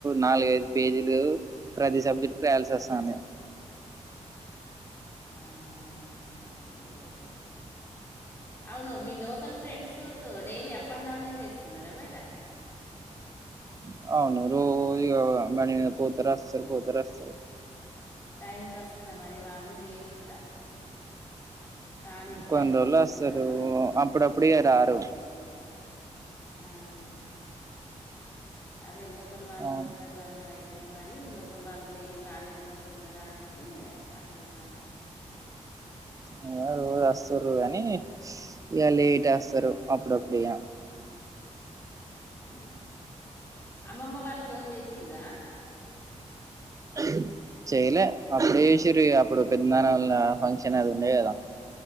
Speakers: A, on the right; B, on the left.
A: నాలుగ ఐదు పేజీలు ప్రతి సబ్జెక్ట్ కు రాయాల్సి వస్తాంది
B: ఆహ్ ఓకే ఓకే అవును మీ local friends daily up and డౌనే చేస్తున్నారా బెట
A: <unintelligible> అవును రోజ ఇగ బాండీ పోత్ త సరిపోత సరిపో
B: టైంకి వస్తారా మరి వాళ్ళు డైలీ కూడా కాలేజీ
A: కొన్ని
B: టైంకి
A: రోజులు
B: వస్తున్నారా
A: వస్తారు
B: మరి
A: అప్పుడప్పుడు ఇగ రారు
B: ఆహ్ అదే లో వాళ్ళు
A: అవును
B: ఉన్నారు అన్నవై తినే మరి లోకల్ వాళ్ళు డైలీ కాలేజీకి వస్తున్నారా అనేసి అడుగుతాన
A: ఇక రోజు వస్తారు కానీ ఇక లేట్ వస్తారు అప్పుడప్పుడు ఇగా
B: ఆహ్ అమ్మమ్మ వాళ్ళు ఫోన్ చేసిండ్ర
A: అ <unintelligible> చేయలే అప్పుడే చేసిరు అప్పుడు పెదనానోళ్ల ఫంక్షన్ అది ఉండే కదా